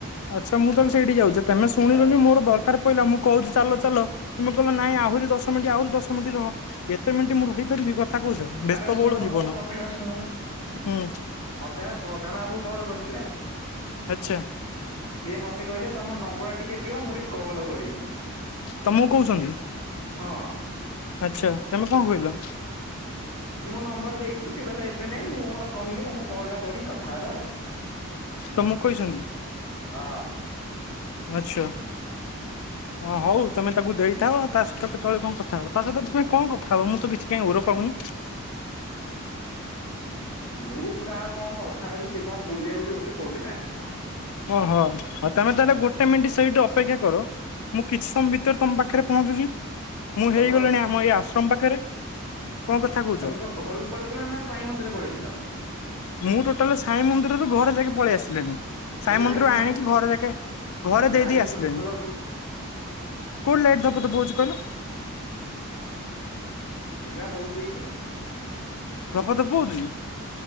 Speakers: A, on the left; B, on the left.
A: ଆଚ୍ଛା ମୁଁ ତାହେଲେ ସେଇଠି ଯାଉଛି ତମେ ଶୁଣିଲୁନି
B: ଆରେ
A: ମୋର ଦରକାର ପଇଲା ମୁଁ କହୁଛି ଚାଲ ଚାଲ। ତୁମେ କହିଲ ନାଇଁ ଆହୁରି ଦଶ ମିନିଟ ଆହୁରି ଦଶ ମିନିଟ ରହ ଏତେ ମିନିଟ ମୁଁ ରହିପାରିବି କଥା କହୁଛ। ବ୍ୟସ୍ତବହୁଳ
B: ଆରେ ଶୁଣ
A: ଜୀବନ
B: ମୋ କଥାଟା ଶୁଣୁନ
A: ହୁଁ।
B: ମତେ ଏଇନା ପ୍ରଧାନ ବାବୁ କଲ୍ କରିଥିଲେ।
A: ଆଚ୍ଛା
B: ସିଏ ମତେ କହିଲେ ତମ ନମ୍ବର ଟା ଟିକେ ଦିଅ ମୁଁ ଟିକେ କଲ କରିବି।
A: ତମକୁ କହୁଛନ୍ତି
B: ହଁ।
A: ଆଚ୍ଛା ତମେ କଣ କହିଲ।
B: ମୁଁ ନମ୍ବର ଦେଇଛି ସେ କହିଲେ ସେ ଏବେ ନାଇଁ ମୁଁ କହିଲେ ତମକୁ କଲ୍ ଟା କରି କଥା ହେବା ଆଉ।
A: ତମକୁ କହିଛନ୍ତି।
B: ହଁ।
A: ଆଚ୍ଛା।
B: <inaudible>
A: ହ ହଉ ତମେ ତାକୁ ଦେଇଥାଅ ଆଉ ତା ସହିତ କେତବେଳେ କଣ କଥା ହବ ତା ସହିତ ତମେ କଣ କଥାବ ମୁଁ ତ କିଛି କାଇହିଁ ଓର ପାଉନି।
B: ଆପଣ ମୁଁ କାହା କଣ କଥା ହେବି ସେ କଣ ବୁଲି ଯାଉଛି ବୋଲି କହୁଥିଲା।
A: ଓହୋ ତମେ ତାହେଲେ ଗୋଟେ ମିନିଟ୍ ସେଇଠି ଅପେକ୍ଷା କର। ମୁଁ କିଛି ସମୟ ଭିତରେ ତମ ପାଖରେ ପହଞ୍ଚୁଛି ମୁଁ
B: ତମର
A: ହେଇଗଲିଣି ଆମ ଏଇ ଆଶ୍ରମ ପାଖରେ। କଣ କଥା କୁ
B: ତମେ କଣ ଘରକୁ ପଳେଇଥିଲ ନା ସାଇ ମନ୍ଦିର ପଳେଇଥିଲ?
A: ମୁଁ ଟୋଟାଲ ସାଇ ମନ୍ଦିରରୁ ଘରେ ଯାଙ୍କେ ପଳେଇ ଆସିଲିଣି। ସାଇ
B: ହେଲେ
A: ମନ୍ଦିର
B: ଲାଇଟ୍
A: ରୁ
B: ଧପ
A: ଆଣିକି ଘରେ ଯାକେ ଘରେ ଦେଇଦେଇ
B: ଲାଇଟ୍
A: ଆସିଲେଣି।
B: ଧପ ଧପ ହଉଛି
A: କୋଣ ଲାଇଟ ଧପ, ଧପ ହଉଛି <unintelligible>
B: ଏଇ ବା ହଉଛି ଏଇଠି।
A: ଧପ ଧପ ହଉଛି